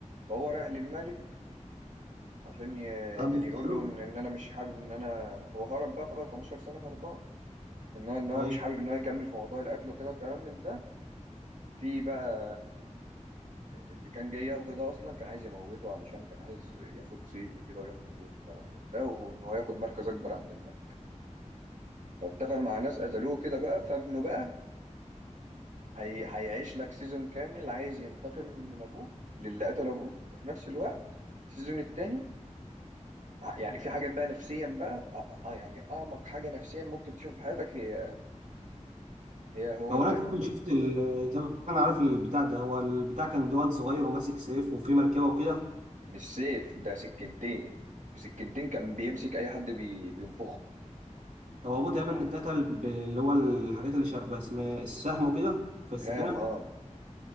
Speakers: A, on the right (about 85°); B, on the right (about 70°).
A: فهو رايح للملك عشان ي...
B: حد
A: يعني
B: اغتاله؟
A: يقول له ان ان انا مش حابب ان انا هو هرب بقى فضل 15 سنه هربان ان هو ان هو
B: اي
A: مش حابب ان هو يكمل في موضوع القتل وكده وكلام من ده في بقى اللي كان جاي ياخده ده اصلا كان عايز يموته علشان كان عايز ياخد صيت وكده وياخد فلوس وكلام من ده وان هو ياخد مركز اكبر عند الملك فاتفق مع ناس قتلوه كده بقى فابنه بقى هي... هيعيش لك سيزون كامل عايز ينتقم من ابوه للي قتل ابوه وفي نفس الوقت السيزون التاني آه، يعني في حاجات بقى نفسيا بقى آه آه، آه، يعني اعمق حاجه نفسيا ممكن تشوف في حياتك هي هي هو
B: هو
A: الانمي
B: انا تقريبا
A: ده
B: شفت ال... تقريبا انا عارف البتاع ده هو البتاع كان دوت صغير وماسك سيف وفي مركبه وكده
A: مش سيف ده سكينتين بسكينتين كان بيمسك اي حد بي بينفخه
B: هو ابوه تقريبا اتقتل ب- اللي هو الحاجات اللي شبه اسم السهم وكده في السفينه
A: سهام اه